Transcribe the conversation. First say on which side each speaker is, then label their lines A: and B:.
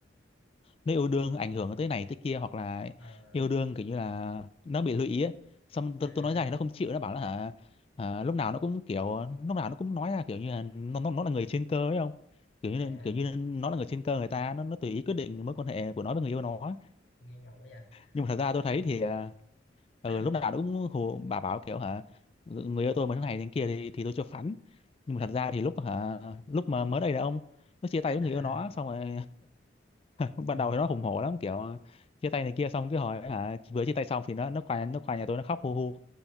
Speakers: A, on the left (about 30°); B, on the left (about 80°).
A: nếu yêu đương ảnh hưởng tới này tới kia hoặc là
B: ờ
A: yêu đương kiểu như là nó bị lụy ý ấy. xong
B: à
A: tôi, tôi nói ra thì nó không chịu nó bảo là hả à, lúc nào nó cũng kiểu lúc nào nó cũng nói ra kiểu như là nó nó, nó là người trên cơ ấy không kiểu như
B: à
A: là- kiểu như nó là người trên cơ người ta nó nó tùy ý quyết định mối quan hệ của nó với người yêu nó ấy.
B: nghe ngầu quá vậy
A: nhưng mà thật ra tôi thấy thì à, ừ,
B: <clears throat>
A: lúc nào nó cũng hù bà bảo kiểu hả người yêu tôi mà thế này thế kia thì thì tôi cho phắn nhưng mà thật ra thì lúc hả lúc mà mới đây là ông nó chia
B: <coughs>
A: tay với
B: à
A: người yêu nó xong rồi <laughs>
B: ừ.
A: ban đầu thì nó hùng hổ lắm kiểu ờ, chia tay này kia xong cứ hỏi hả vừa chia tay xong thì nó nó qua nó qua nhà tôi nó khóc hu hu